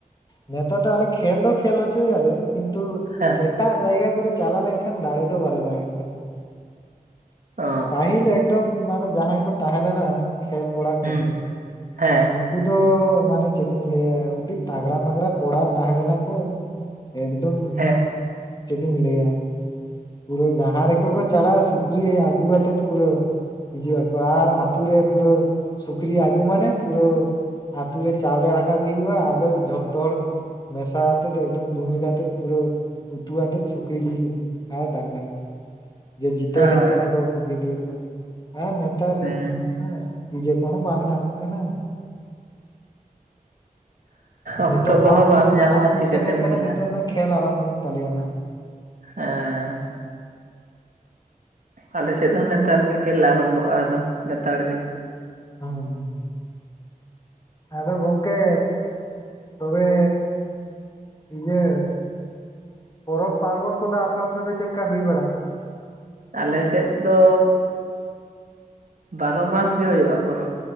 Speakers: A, on the left; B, on the right.
A: ᱱᱮᱛᱟᱨ ᱫᱚ ᱟᱞᱮ ᱠᱷᱮᱞ ᱫᱚ ᱠᱷᱮᱞ ᱦᱚᱪᱚᱭᱭᱟᱞᱮ ᱠᱤᱱᱛᱩ,
B: ᱦᱮᱸ
A: ᱮᱴᱟᱜ ᱡᱟᱭᱜᱟ ᱠᱚᱨᱮ ᱪᱟᱞᱟ ᱞᱮᱱᱠᱷᱟᱱ ᱫᱟᱲᱮ ᱫᱚ ᱵᱟᱞᱮ ᱫᱟᱲᱭᱟᱜ ᱠᱟᱱᱟ,
B: ᱚ
A: ᱯᱟᱹᱦᱤᱞ ᱮᱠᱫᱚᱢ ᱢᱟᱱᱮ ᱡᱟᱦᱟᱸᱭ ᱠᱚ ᱛᱟᱦᱮᱸ ᱞᱮᱱᱟ ᱠᱷᱮᱞ ᱠᱚᱲᱟ
B: ᱦᱩᱸ
A: ᱠᱚ
B: ᱦᱮᱸ
A: <unintelligible> ᱩᱱᱠᱩ ᱫᱚ ᱢᱟᱱᱮ ᱪᱮᱫ ᱤᱧ ᱞᱟᱹᱭᱟ, ᱟᱹᱰᱤ ᱛᱟᱜᱽᱲᱟ ᱢᱟᱜᱽᱲᱟ ᱠᱚᱲᱟ ᱛᱟᱦᱮᱸ ᱞᱮᱱᱟ ᱠᱚ᱾ ᱮᱠᱫᱚᱢ
B: ᱦᱮᱸ
A: ᱪᱮᱫ ᱤᱧ ᱞᱟᱹᱭᱟ᱾ ᱯᱩᱨᱟᱹ ᱡᱟᱸᱦᱟᱸ ᱨᱮᱠᱚ ᱠᱚ ᱪᱟᱞᱟᱜᱼᱟ, ᱥᱩᱠᱨᱤ ᱟᱹᱜᱩ ᱠᱟᱛᱮᱫ ᱯᱩᱨᱟᱹ ᱦᱤᱡᱩᱜᱼᱟ᱾ ᱟᱨ ᱟᱛᱩ ᱨᱮ ᱯᱩᱨᱟᱹ ᱥᱩᱠᱨᱤ ᱟᱜᱩ ᱢᱟᱱᱮ ᱯᱩᱨᱟᱹ ᱟᱛ ᱨᱮ ᱪᱟᱣᱞᱮ ᱨᱟᱠᱟᱵ ᱦᱩᱭᱩᱜ-ᱟ ᱟᱫᱚ ᱡᱷᱚᱛᱚ ᱦᱚᱲ ᱢᱮᱥᱟ ᱟᱛᱮ ᱮᱠᱫᱚᱢ ᱡᱩᱢᱤᱫ ᱟᱛᱮ ᱯᱩᱨᱟᱹ ᱩᱛᱩᱣᱟᱛᱮ ᱥᱩᱠᱨᱤ ᱡᱤᱞ ᱟᱨ ᱫᱟᱠᱟ ᱡᱮ ᱡᱤᱛᱟᱹᱣ
B: ᱦᱮᱸ
A: ᱦᱮᱡ ᱟᱠᱟᱱᱟ ᱠᱚ ᱜᱤᱫᱽᱨᱟᱹ ᱠᱚ ᱟᱨ ᱱᱮᱛᱟᱨ
B: ᱦᱩᱸ
A: ᱦᱮᱸ ᱤᱡᱮ ᱠᱚᱦᱚᱸ ᱵᱟᱝ ᱧᱟᱢᱚᱜ ᱠᱟᱱᱟ᱾
B: ᱚᱠᱛᱚ
A: ᱱᱤᱛᱚᱜ
B: ᱠᱚᱦᱚᱸ
A: ᱫᱟᱜ ᱫᱤᱱ
B: ᱵᱟᱢ ᱧᱟᱢᱟ
A: ᱫᱟᱜ ᱫᱤᱱ
B: ᱪᱤᱠᱟᱹᱛᱮᱢ
A: ᱥᱮᱴᱮᱨ ᱠᱟᱱᱟ
B: ᱠᱷᱮᱞᱟ
A: ᱱᱤᱛᱚᱜ ᱱᱷᱟᱜ ᱠᱷᱮᱹᱞ ᱟᱨᱟᱢᱵᱷᱚᱜ ᱛᱟᱞᱮᱭᱟ ᱱᱟᱜ᱾
B: ᱦᱮᱸ ᱟᱞᱮ ᱥᱮᱫ ᱦᱚᱸ ᱱᱮᱛᱟᱨ ᱜᱮ ᱠᱷᱮᱞ ᱟᱨᱟᱢᱵᱷᱚᱜ-ᱟ ᱟᱫᱚ ᱞᱮᱛᱟᱲ ᱜᱮ᱾
A: ᱦᱩᱸ ᱟᱫᱚ ᱜᱚᱝᱠᱮ ᱛᱚᱵᱮ ᱤᱭᱟᱹ ᱯᱚᱨᱚᱵᱽ ᱯᱟᱨᱵᱚᱱ ᱠᱚᱫᱚ ᱟᱯᱮ ᱚᱱᱛᱮ ᱫᱚ ᱪᱮᱫᱠᱟ ᱦᱩᱭ ᱵᱟᱲᱟᱜᱼᱟ?
B: ᱟᱞᱮᱥᱮᱫ ᱫᱚ ᱵᱟᱨᱚ ᱢᱟᱥ ᱜᱮ ᱦᱩᱭᱩᱜᱼᱟ ᱯᱚᱨᱚᱵᱽ